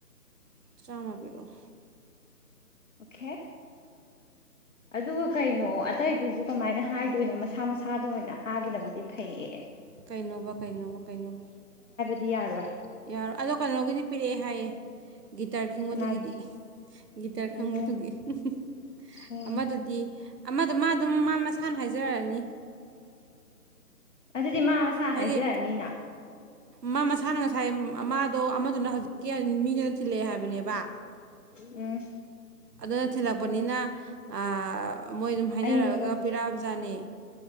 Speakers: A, on the right; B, on the left.
A: ꯆꯥꯝꯃ ꯄꯤꯔꯛꯑꯣ
B: ꯑꯣꯀꯦ ꯑꯗꯨꯒ ꯀꯩꯅꯣ ꯑꯇꯩꯗꯨꯁꯨ ꯀꯃꯥꯏꯅ ꯍꯥꯏꯗꯣꯏꯅꯣ ꯃꯁꯥ ꯃꯁꯥꯗ ꯑꯣꯏꯅ ꯍꯥꯏꯕꯅꯕꯨꯗꯤ ꯐꯩꯌꯦ
A: ꯀꯩꯅꯣꯕ ꯀꯩꯅꯣꯕ ꯀꯩꯅꯣꯕ
B: ꯗꯤ ꯌꯥꯔꯣꯏ
A: ꯌꯥꯔꯣ ꯑꯗꯣ ꯀꯩꯅꯣꯒꯤꯗꯤ ꯄꯤꯔꯛꯑꯦ ꯍꯥꯏꯌꯦꯦ ꯒꯤꯇꯥꯔ ꯈꯪꯕꯗꯨꯒꯤꯗꯤ
B: ꯀꯅꯥꯒꯤ
A: ꯒꯤꯇꯥꯔ
B: ꯑꯣ
A: ꯈꯪꯕꯗꯨꯒꯤ ꯍꯨꯝ ꯍꯨꯝ
B: ꯎꯝ
A: ꯑꯃꯗꯨꯗꯤ ꯑꯃꯗꯣ ꯃꯥ ꯑꯗꯨꯝ ꯃꯥ ꯃꯁꯥꯅ ꯍꯥꯏꯖꯔꯛꯑꯅꯤ
B: ꯑꯗꯨꯗꯤ ꯃꯥ ꯃꯁꯥ
A: ꯍꯥꯏꯗꯤ
B: ꯍꯥꯏꯖꯔꯅꯤꯅ
A: ꯃꯥ ꯃꯁꯥꯅ ꯉꯁꯥꯏ ꯃꯥꯗꯣ ꯑꯃꯗꯨꯅ ꯍꯧꯖꯤꯛ ꯍꯧꯖꯤꯛ ꯃꯤꯗꯨꯅ ꯊꯤꯜꯂꯛꯑꯦ ꯍꯥꯏꯕꯅꯦꯕ
B: ꯎꯝ
A: ꯑꯗꯨꯅ ꯊꯤꯜꯂꯛꯄꯅꯤꯅ ꯑꯥ ꯃꯣꯏ ꯑꯗꯨꯝ ꯍꯥꯏꯅꯔꯛꯒ
B: ꯑꯌꯤꯡꯕ ꯂꯧꯗꯁꯨ
A: ꯄꯤꯔꯛꯑꯕꯖꯥꯠꯅꯤ